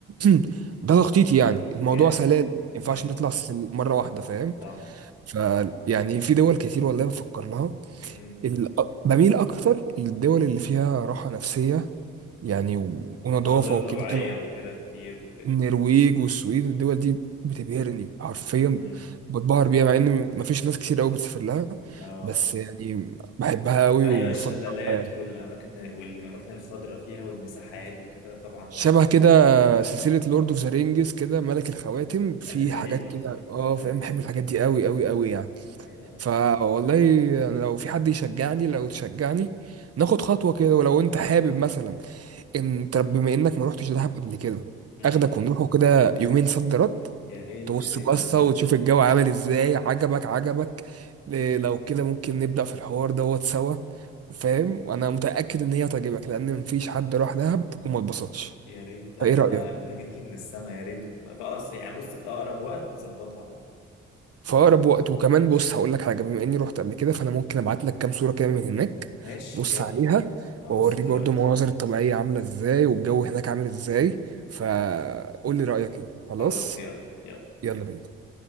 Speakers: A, on the right; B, on the left.
A: <clears throat> ده تخطيطي يعني الموضوع
B: جامد
A: سلال ما ينفعش
B: جامد
A: نطلع سل- مره واحده فاهم
B: طبعا
A: فيعني في دول كتير والله بفكر لها
B: طبعا
A: ال- بميل اكتر للدول اللي فيها راحه نفسيه يعني
B: مم.
A: و- ونظافة
B: ومناظر
A: وكده
B: طبيعية
A: كانوا
B: وكده كتير وكده
A: النرويج والسويد والدول دي بتبهرني حرفيا
B: مم.
A: بتبهر بيها مع ان مفيش ناس كتير قوي بتسافر لها
B: اه
A: بس يعني بحبها قوي
B: ايوه
A: وبفضلها
B: الشلالات
A: يعني
B: والاماكن والاماكن الخضراء فيها والمساحات وكده طبعا
A: شبه
B: تحفة
A: كده سلسلة لورد اوف ذا رينجز كده ملك الخواتم في
B: <laughs> ايوه
A: حاجات كده اه فاهم
B: ايوه
A: بحب الحاجات دي قوي قوي قوي يعني
B: ايوه ايوه,
A: فوالله
B: أيوة.
A: يعني لو في حد يشجعني لو تشجعني ناخد خطوة كده ولو انت حابب مثلا ان طب بما انك ما رحتش دهب قبل كده
B: مم.
A: اخدك ونروحوا كده يومين صد رد
B: يا ريت
A: تبص
B: يا ريت
A: بصة
B: انا ما
A: وتشوف الجو عامل ازاي عجبك عجبك إيه، لو كده ممكن نبدأ في الحوار دوت سوا فاهم وانا متأكد ان هي هتعجبك لان مفيش حد راح دهب وما اتبسطش
B: يا ريت انا
A: فايه رأيك
B: ما انت جيت لي من السما يا ريت والله فأص يعني بص في اقرب وقت نظبطها على طول
A: في اقرب وقت وكمان بص هقول لك حاجة بما اني رحت قبل كده فانا ممكن ابعت لك كام صورة كده من هناك
B: ماشي
A: بص
B: يلا
A: عليها
B: هبص
A: واوريك
B: دلوقتي
A: برضه المناظر الطبيعية عاملة ازاي والجو هناك عامل ازاي فقول لي رأيك ايه خلاص
B: خلاص يلا يلا
A: يلا بينا